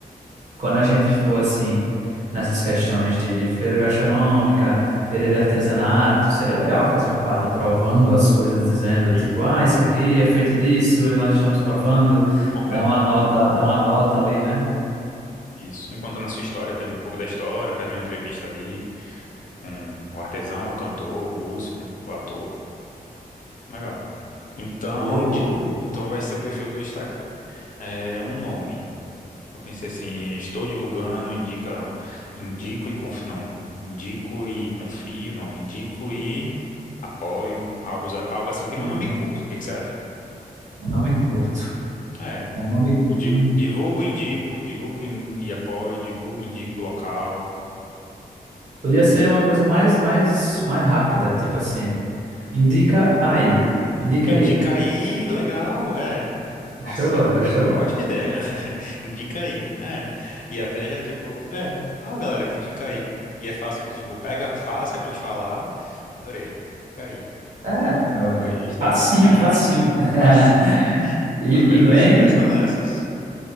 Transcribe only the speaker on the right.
quando a gente for assim nessas questões de, de feira gastronômica, feira de artesanato, seria legal fazer um quadro provando as coisas, dizendo
tipo, ah, isso aqui
é feito disso, e nós estamos provando,
dá
uma nota,
dá uma nota ali, né?
Boa, boa,
boa.
Não,
eu não me curto.
O nome,
hum,
podia
ser uma coisa mais, mais, mais rápida, tipo assim, indica aí, indica
aí.
Gostou?
Gostou?
É, olha
aí. Facinho,
facinho. <laughs>
E,
e bem,